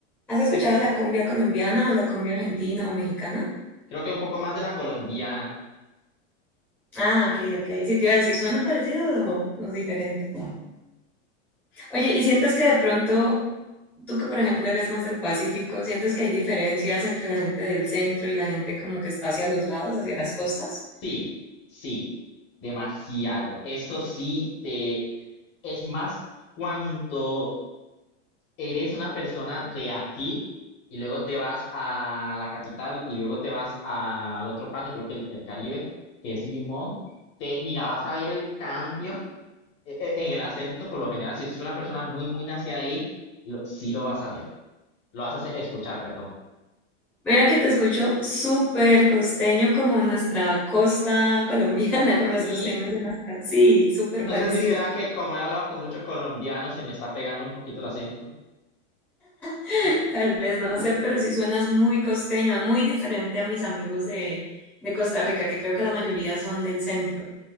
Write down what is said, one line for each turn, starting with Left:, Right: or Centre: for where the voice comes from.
Centre: ¿Has escuchado la cumbia colombiana o la cumbia argentina o mexicana?
Left: Creo que un poco más de la colombiana.
Centre: Ah, ok, ok. Sí, te iba a decir, ¿suena parecido o, o diferente? Oye, ¿y sientes que de pronto, tú que por ejemplo eres más del Pacífico, sientes que hay diferencias entre la gente del centro y la gente como que está hacia los lados, hacia las costas?
Left: Sí, sí, demasiado. Esto sí te es más cuando eres una persona de aquí y luego te vas a la capital y luego te vas a la otra parte, creo que el, el Caribe, que es Limón. Te, mira, vas a ver el cambio e- e- en el acento, por lo general, si es una persona muy, muy nacida ahí, lo, sí lo vas a ver, lo vas a se- escuchar, perdón.
Centre: Mira que te escucho súper costeño como nuestra costa colombiana, <laughs> como los
Left: Sí,
Centre: costeños de nuestra... Sí, súper
Left: no
Centre: parecido.
Left: sé si será que como he hablado con muchos colombianos, se me está pegando un poquito el acento.
Centre: <laughs> Tal vez no sé, pero sí suenas muy costeño, muy diferente a mis amigos de, de Costa Rica, que creo que la mayoría son del centro.